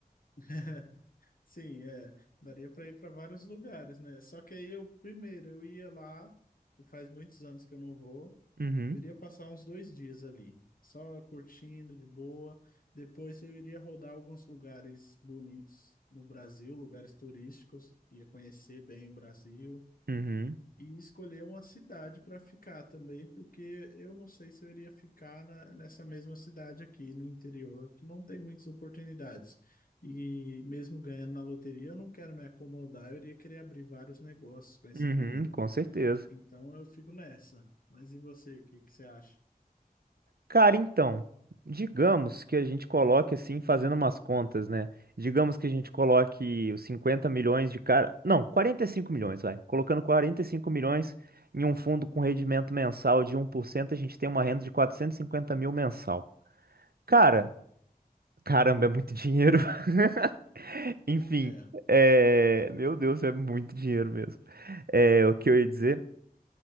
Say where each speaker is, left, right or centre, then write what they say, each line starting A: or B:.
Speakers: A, on the left; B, on the right.
A: <laughs> Sim, é. Daria para ir para vários lugares, né? Só que aí eu, primeiro, eu ia lá, que faz muitos anos que eu não vou.
B: Uhum,
A: Eu iria passar uns dois dias ali, só curtindo de boa. Depois eu iria rodar alguns lugares bonitos no Brasil, lugares turísticos, ia conhecer bem o Brasil
B: uhum,
A: e escolher uma cidade para ficar também, porque eu não sei se eu iria ficar na- nessa mesma cidade aqui no interior, que não tem muitas oportunidades. E mesmo ganhando na loteria, eu não quero me acomodar, eu iria querer abrir vários negócios com esse
B: uhum,
A: dinheiro.
B: com certeza.
A: Então eu fico nessa. Mas e você, o que que você acha?
B: Cara, então, digamos que a gente coloque assim, fazendo umas contas, né? Digamos que a gente coloque os 50 milhões de cara. Não, 45 milhões, vai. Colocando 45 milhões em um fundo com rendimento mensal de um por cento, a gente tem uma renda de 450 mil mensal. Cara, caramba, é muito dinheiro. <laughs> Enfim,
A: É,
B: é... meu Deus, é muito dinheiro mesmo. É, o que eu ia dizer.